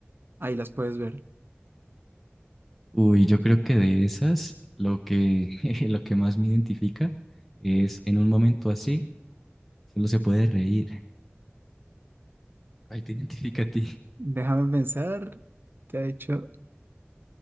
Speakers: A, on the right; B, in the centre.
A: Ahí las puedes ver.
B: Uy, yo creo que de esas, lo que, <laughs> lo que más me identifica es en un momento así, solo se puede reír. ¿Cuál te identifica a ti? <laughs>
A: Déjame pensar. ¿Qué ha hecho?